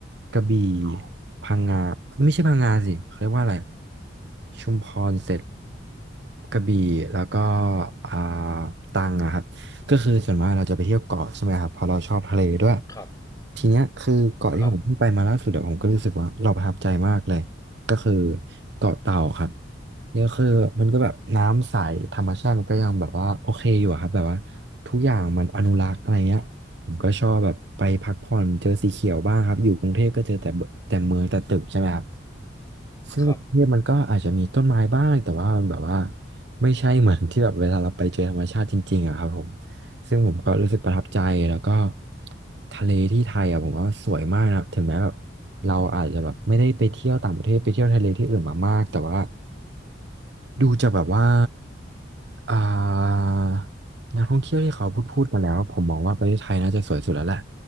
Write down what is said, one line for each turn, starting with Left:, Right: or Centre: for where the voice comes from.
Right: กระบี่พังงาไม่ใช่พังงาสิเขาเรียกว่าอะไรชุมพรเสร็จกระบี่แล้วก็อ่าตรังอะครับ ก็คือส่วนมากเราจะไปเที่ยวเกาะใช่ไหมครับเพอเราชอบทะเลด้วย
Left: ครับ
Right: ทีเนี้ยคือเกาะที่ผมเพิ่งไปมาล่าสุดอะผมก็รู้สึกว่าเราประทับใจมากเลยก็คือ
Left: ครับ
Right: เกาะเต่าครับเนี่ยคือมันก็แบบน้ำใสธรรมชาติมันก็ยังแบบว่าโอเคอยู่อะครับแบบว่าทุกอย่างมันอนุรักษ์อะไรเงี้ยผมก็ชอบแบบไปพักผ่อนเจอสีเขียวบ้างครับอยู่กรุงเทพก็เจอแต่เบแต่เมืองแต่ตึกใช่ไหมครับซึ่งกรุงเทพมันก็อาจจะมีต้นไม้บ้างแต่ว่ามันแบบว่า
Left: ครับ
Right: ไม่ใช่เหมือนที่แบบเวลาเราไปเจอธรรมชาติจริงๆอะครับผม ซึ่งผมก็รู้สึกประทับใจแล้วก็ทะเลที่ไทยอ่ะผมว่าสวยมากนะครับถึงแม้แบบเราอาจจะแบบไม่ได้ไปเที่ยวต่างประเทศไปเที่ยวทะเลที่อื่นมามากแต่ว่าดูจะแบบว่าอ่านักท่องเที่ยวที่เขาพูดพูดมาแล้วผมมองว่าประเทศไทยน่าจะสวยสุดแล้วแหละ